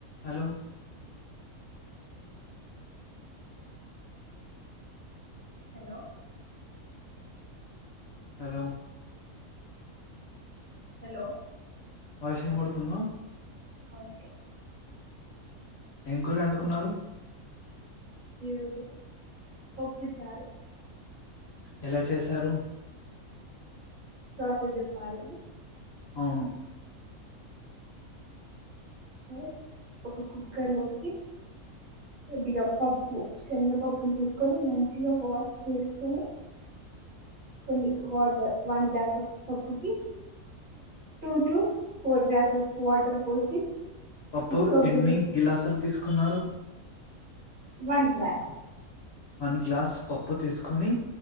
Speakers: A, on the left; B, on the right.
A: Hello
B: hello
A: hello
B: hello
A: voice ఇన పడుతుందా.
B: ఓకే
A: ఎం కూర అండుకున్నారు.
B: ఈరోజు పప్పుచారు.
A: ఎలా చేసారు?
B: ప్రాసెస్ చెప్పాలి అది.
A: అవును.
B: సార్ ఒక కుక్కర్ లోకి కొద్దిగా పప్పు శనగపప్పుని తీసుకొని మంచిగా వాష్ చేసుకొని, కొన్ని వాటర్ వన్ గ్లాస్ ఆఫ్ పప్పుకి two two four glasses water పోసి
A: పప్పు
B: కుక్క
A: ఎన్ని
B: విజిల్
A: గిలాసలు తీసుకున్నారు.
B: One glass.
A: వన్ గ్లాస్ పప్పు తీసుకొని